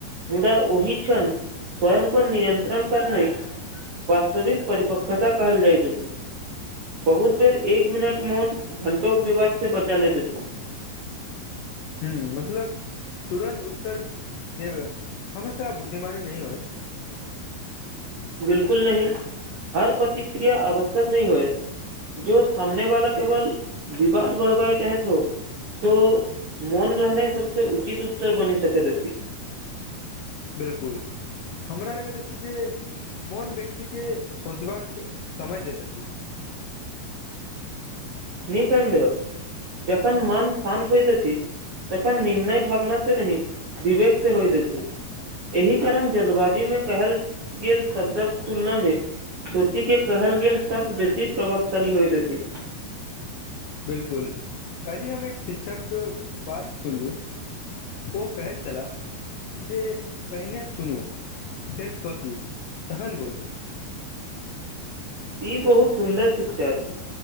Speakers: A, on the right; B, on the left.
A: मुदा ओहि क्षण स्वयं परर नियन्त्रण करनै वास्तविक परिपकता कहल जाइत बहुत बेर एक मिनट मोन घंटोे के विवाद से बचा लेैत अछि
B: ह मतलब तुरन्त उत्तर देब हमेशा बुद्धिमानी नहि होयइत
A: बिल्कुल नहि हर प्रतिक्रिया आवश्यक तक नहि होयएत जो सामने वाला केवल विवाद बढ़बए चाहेत हो तो मोन रहनाइ सबसे उचित उत्तर बनी सकैत अछि
B: बिल्कुल हमरा लगैत अछि जे मोन व्यक्तिके सोचबाक समय दैत अछि
A: निसन्देह जन मन शान्त होइत अछि तखन निर्णय भावना से नहि विवेक से होइत छथि एहि कारण जल्दवाजी में कहल गेल शब्दक तुलना मे सोचीके कहल गेल शब्द बेसी प्रभावशाली होइत अछि
B: बिल्कुल कल्हि हम एक शिक्षक बात सुनलहु ओ कहैत छलाह जे पहिने सुनू फेर सोचू तखन बोलू
A: ई बहुत सुन्दर शिक्षा छी